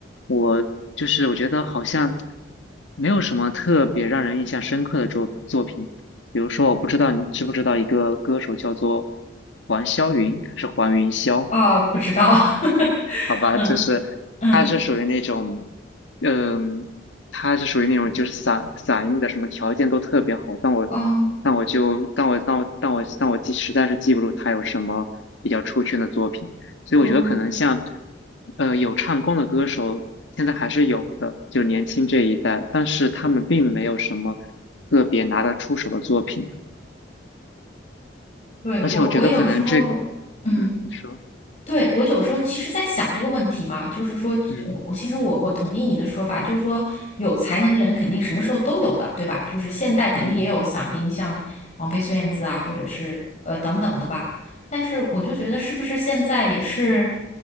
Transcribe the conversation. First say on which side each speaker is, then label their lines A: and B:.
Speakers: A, on the left; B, on the left.
A: 我就是我觉得好像没有什么特别让人印象深刻的作作品。比如说，我不知道你知不知道一个歌手叫做黄霄云，还是黄云霄？
B: 啊，不知道，<laughs>
A: 好吧，
B: 嗯
A: 就是他是属于那种，
B: 嗯，
A: 嗯，他是属于那种就是嗓嗓音的什么条件都特别好，但我但我就但我但我但我但我记实在是记不住他有什么比较出圈的作品，
B: 哦
A: 所以我觉得可能像
B: 哦。
A: 呃有唱功的歌手现在还是有的，就年轻这一代，但是他们并没有什么特别拿得出手的作品。
B: 对，
A: 而且我觉得可能这，
B: 我，我有时候，嗯，
A: 嗯，你说，
B: 对，我有时候其实在想这个问题嘛，就是说我，
A: 嗯
B: 我其实我我同意你的说法，就是说有才能的人肯定什么时候都有的，对吧？就是现代肯定也有嗓音，
A: 嗯
B: 像王菲、孙燕姿啊，或者是呃等等的吧。但是我就觉得是不是现在也是